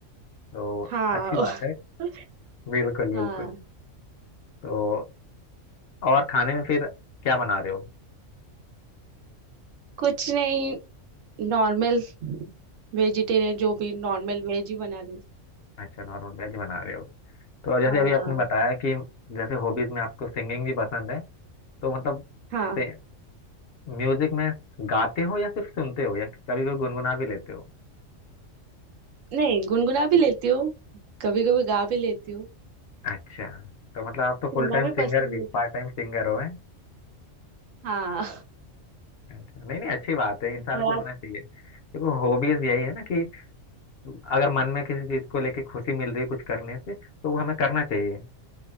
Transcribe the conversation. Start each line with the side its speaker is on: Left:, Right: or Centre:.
Left: तो
Right: हाँ
Left: अच्छी बात है
Right: <laughs>
Left: बिल्कुल बिल्कुल
Right: हाँ
Left: तो और खाने में फिर क्या बना रहे हो
Right: कुछ नहीं नॉर्मल वेजिटेरियन जो भी नॉर्मल वेज ही बना दी
Left: अच्छा नॉर्मल वेज बना रहे हो तो जैसे
Right: हाँ
Left: अभी आपने बताया कि जैसे हॉबीज में आपको सिंगिंग भी पसंद है तो मतलब
Right: हाँ
Left: से म्यूजिक में गाते हो या सिर्फ सुनते हो या कभी कभी गुनगुना भी लेते हो
Right: नहीं गुनगुना भी लेती हूँ कभी कभी गा भी लेती हूँ
Left: अच्छा तो मतलब आप तो
Right: सुनना
Left: फुल टाइम
Right: भी
Left: सिंगर
Right: पसंद
Left: भी पार्ट
Right: है
Left: टाइम सिंगर हो
Right: हाँ
Left: अच्छा नहीं नहीं अच्छी बात है इंसान
Right: <laughs> और
Left: को
Right: आप
Left: होना चाहिए देखो हॉबीज यही है ना कि अगर मन में किसी चीज को लेके खुशी मिल रही है कुछ करने से तो वो हमें करना चाहिए